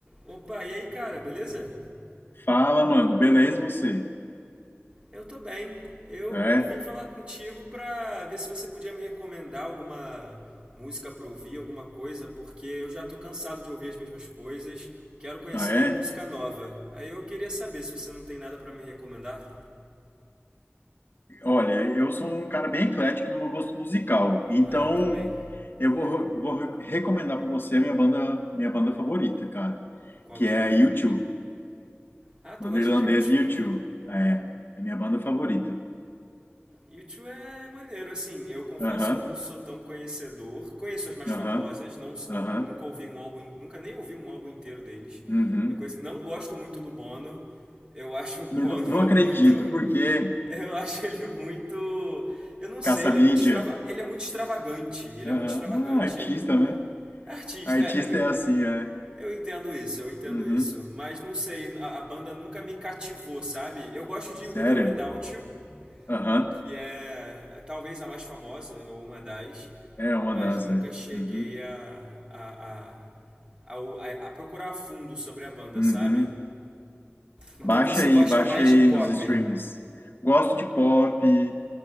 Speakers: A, on the right; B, on the left.
A: Opa, e aí, cara, beleza?
B: Fala, mano, beleza você?
A: Eu tô bem. Eu
B: É?
A: vim falar contigo pra ver se você podia me recomendar alguma música pra ouvir, alguma coisa, porque eu já tô cansado de ouvir as mesmas coisas. Quero conhecer
B: Ah, é?
A: música nova. Aí eu queria saber se você não tem nada pra me recomendar.
B: Olha, eu sou um cara bem eclético no meu gosto musical, então
A: Ah, eu também.
B: eu vou, eu vou recomendar para você a minha banda, minha banda favorita, cara,
A: Qual
B: que
A: que
B: é
A: é?
B: a U2,
A: Ah,
B: banda
A: tu gosta
B: irlandesa
A: de U2?
B: U2. É, é minha banda favorita.
A: u YouTube é maneiro, assim, eu confesso
B: Aham,
A: que eu não sou tão conhecedor. Conheço as mais famosas,
B: aham,
A: não, não
B: aham,
A: nunca ouvi um álbum, nunca nem ouvi um álbum inteiro deles.
B: uhum.
A: Eu conheci, não gosto muito do Bono. Eu acho o Bono
B: Não, não acredito,
A: <laughs> muito,
B: porque
A: eu acho ele muito, eu não
B: caça-mídia.
A: sei, ele é muito extrava, ele é muito extravagante, ele
B: Aham,
A: é muito extravagante.
B: Ah, artista,
A: Ele não-
B: né?
A: Artista,
B: Artista
A: é, eu en-
B: é assim, é.
A: eu entendo isso, eu entendo
B: Uhum.
A: isso, mas não sei, a, a banda nunca me cativou, sabe? Eu gosto de
B: Sério?
A: With or Without You,
B: Aham.
A: que é é talvez a mais famosa ou uma das,
B: É uma
A: mas
B: das,
A: nunca
B: né?
A: cheguei
B: Uhum.
A: a, a, a, a, a- a procurar a fundo sobre a banda,
B: Uhum.
A: sabe? Então
B: Baixa
A: você
B: aí,
A: gosta
B: baixa
A: mais
B: aí
A: de pop,
B: nos streamings. Gosto de pop.